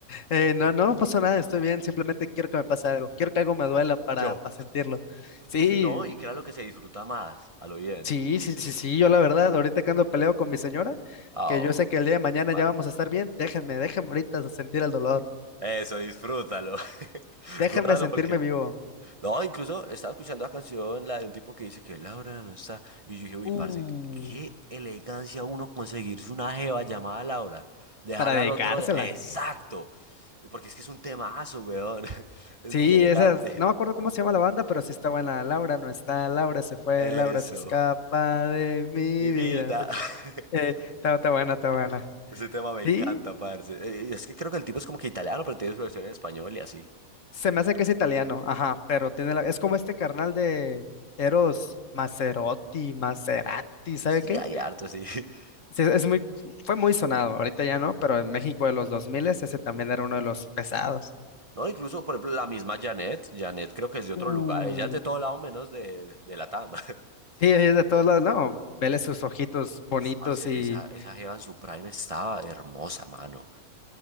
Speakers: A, on the left; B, on the right.
A: Eh, no, no me pasó nada, estoy bien, simplemente quiero que me pase algo, quiero que algo me duela para,
B: Yo,
A: para sentirlo. Sí,
B: sí, no, y claro que se disfruta más, a lo bien.
A: Sí, sí, sí, sí, yo la verdad, ahorita que ando peleo con mi señora,
B: Ah,
A: que
B: oh,
A: yo sé que el día de mañana
B: qué mal.
A: ya vamos a estar bien, déjenme, déjenme ahorita sentir el dolor,
B: Eso, disfrútalo. <laughs>
A: déjenme
B: Gózalo
A: sentirme
B: porque...
A: vivo.
B: No, incluso estaba escuchando la canción, la de un tipo que dice que Laura no está. Y yo dije, uy,
A: Uh,
B: parce, qué elegancia uno conseguirse una jeva llamada Laura. Dejarla
A: para dedicársela.
B: al otro. día". Exacto. Porque es que es un temazo, weón. <laughs> Es
A: Sí,
B: muy elegante.
A: esas, no me acuerdo cómo se llama la banda, pero sí está buena. Laura no está, Laura se fue,
B: Eso.
A: Laura se escapa de mi
B: Mi vida.
A: vida. Ta-
B: <laughs>
A: Eh, está, está buena, está buena.
B: Ese tema me
A: Sí,
B: encanta, parce. Eh, Es que creo que el tipo es como que italiano, pero tiene su versión en español y así.
A: se me hace que es italiano, ajá, pero tiene la, es como este carnal de Eros Maserotti, Maserati, ¿sabe
B: Sí,
A: qué?
B: hay harto, sí. <laughs>
A: Sí, es muy, fue muy sonado, ahorita ya no, pero en México de los 2000 ese también era uno de los pesados.
B: No, incluso, por ejemplo, la misma Janet. Janet creo que es de otro
A: Uh,
B: lugar. Ella es de todo lado menos de, de Latam. <laughs>
A: Sí, es de todos lados, no, vele sus ojitos bonitos
B: Uf, parce,
A: y...
B: esa, esa jeva en su prime estaba hermosa, mano.